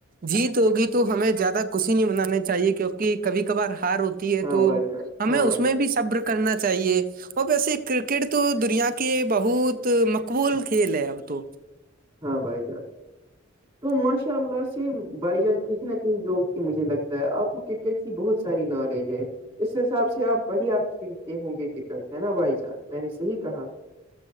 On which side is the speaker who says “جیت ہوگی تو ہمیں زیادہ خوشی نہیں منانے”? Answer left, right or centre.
Right